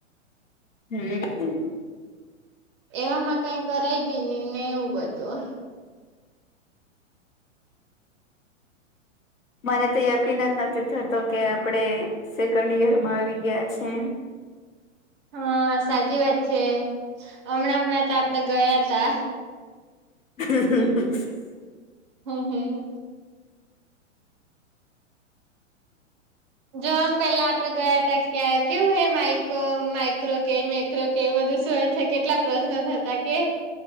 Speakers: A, on the left (about 80°); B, on the right (about 25°).
A: હમ્મ
B: એવામાં કઈ કરાય બી નઈ ને એવું બધું
A: મને તો યકીન જ નથી થતો કે આપણે સેકન્ડ યરમાં આવી ગયા છે.
B: હા, સાચી વાત છે. હમણાં હમણાં તો આપણે ગયા તા.
A: <inaudible>
B: હમ્મ હમ્મ જો આમ પેલા આપણે ગયા ત્યાં, કેવું એ માઈક માઇક્રો કેમેક <unintelligible> કે એ બધું શું છે કેટલા પ્રશ્નો થતા કે?